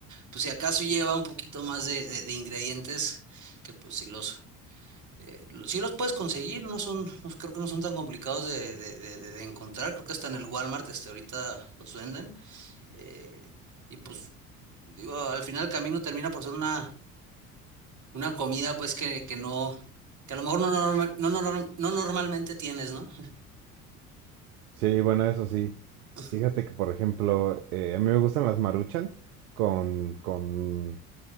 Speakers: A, on the right; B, on the right.
A: pues si acaso lleva un poquito más de, de- de ingredientes, que pues si los, eh, lo- si los puedes conseguir, no son, no- creo que no son tan complicados de, de- de- de de encontrar, creo que hasta en el Walmart, este, ahorita los venden. eh, y pues digo, al final el camino termina por ser una, una comida, pues, que, que no, que a lo mejor no, norma- no, no, no, no normalmente tienes, ¿no?
B: Sí, bueno, eso sí.
A: <laughs>
B: Fíjate
A: Ujú,
B: que, por ejemplo, eh, a mí me gustan las Maruchan con, con,